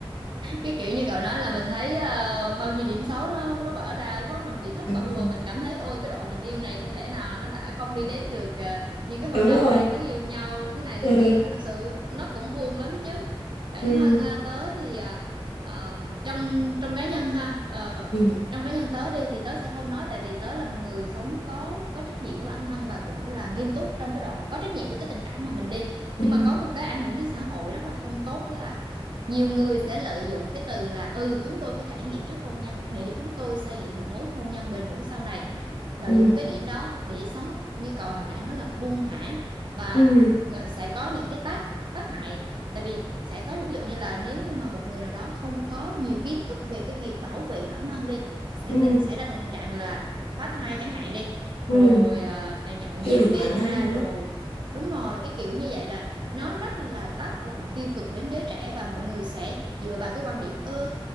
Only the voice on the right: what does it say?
cái kiểu như cậu nói là mình thấy ờ, bao nhiêu điểm xấu nó nó vỡ ra lúc đó mình bị thất
vọng
và mình cảm thấy ôi cái đoạn tình yêu này không lẽ nào nó đã không đi đến được ờ, như cái
hồi đầu
hai đứa yêu nhau thế này thế
kia thật sự nó cũng buồn lắm chứ bản
thân ờ, tớ thì ờ, ờ, trong trong cá nhân ha ờ,
trong cá nhân tớ đi thì tớ sẽ không nói tại vì tớ là một người sống có có trách nhiệm với bản thân và cũng là nghiêm túc trong cái đoạn có trách nhiệm với cái tình cảm mà mình đi
nhưng mà có một cái ảnh hưởng đến xã hội rất là không tốt đó là nhiều người sẽ lợi dụng cái từ là ừ chúng tôi phải trải nghiệm trước hôn nhân để chúng tôi xây dựng một mối hôn nhân bền vững sau này lợi
dụng cái điểm đó để sống như cậu hồi nãy nói là buông thả và
ờ, sẽ có những cái tác tác hại tại vì sẽ có những ví dụ như là nếu như mà một người nào đó không có nhiều kiến thức về cái việc bảo vệ bản thân đi sẽ
tình xảy ra tình trạng là phá thai chẳng hạn đi
rồi ờ, nhậu
nhẹt
bê
tha
rồi
đúng rồi cái kiểu như vậy là nó rất là tác động tiêu cực đến giới trẻ và mọi người sẽ dựa vào cái quan điểm ơ